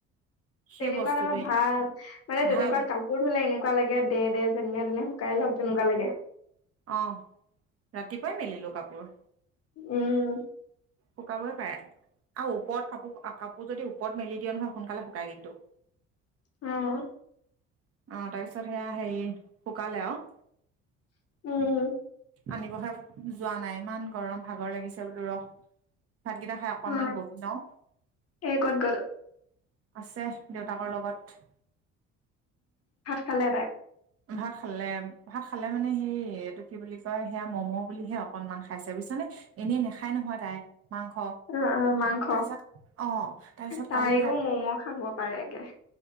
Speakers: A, on the right; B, on the left.
A: সেই
B: তেনেকুৱাত
A: বস্তুটোৱে
B: আকৌ ভাল মানে তেনেকুৱাত
A: ভাল
B: কা পোৰ ধুলে এনেকুৱা লাগে দে দে যেনে তেনে শুকাই লওঁক তেনেকুৱা লাগে।
A: অ ৰাতিপুৱাই মেলিলো কাপোৰ।
B: উম
A: শুকাবই পাৰে আৰু উপৰত কাপোৰ কাপোৰ যদি উপৰত মেলি দিয়ে নহয় সোনকালে শুকাই কিন্তু।
B: উম
A: অ তাৰপিছত সেয়া হেৰি শুকালে আৰু।
B: উম
A: আনিবহে যোৱা নাই ইমান গৰম ভাগৰ লাগিছে বোলো ৰস ভাতকেইটা হে অকণমান
B: অ
A: বহি যাওঁ।
B: এই ক'ত গ'ল?
A: আছে দেউতাকৰ লগত।
B: ভাত খালে তাই।
A: ভাত খালে ভাত খালে মানে সেই এইটো কি বুলি কয় সেয়া ম'ম' বুলিহে অকনমান খাইছে বুজিছানে। এনেই নাখায় নহয় তাই মাংস।
B: অঁ অঁ মাংস
A: তাৰপিছত অ' তাৰপিছত
B: তাইও
A: কালি ৰাতি
B: ম'ম' খাব পাৰে গে।